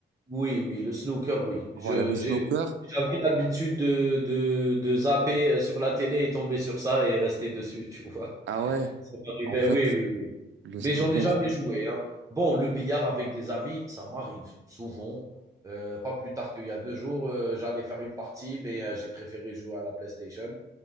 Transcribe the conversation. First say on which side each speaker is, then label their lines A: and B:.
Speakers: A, on the right (about 15°); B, on the right (about 80°).
A: Oui, oui, le snooker, oui.
B: Voilà,
A: Je
B: le
A: j'ai
B: snooker.
A: j'avais l'habitude de de de zapper, heu, sur la télé et tomber sur ça et rester dessus, tu vois?
B: Ah ouais,
A: <laughs> Ça m'arrivait,
B: en fait,
A: oui, oui, oui.
B: le snooker,
A: Mais j'en ai jamais joué, hein. Bon, le billard avec des amis, ça m'arrive souvent, heu, pas plus tard qu'il y a 2 jours, heu, j'allais faire une partie, mais heu, j'ai préféré jouer à la PlayStation.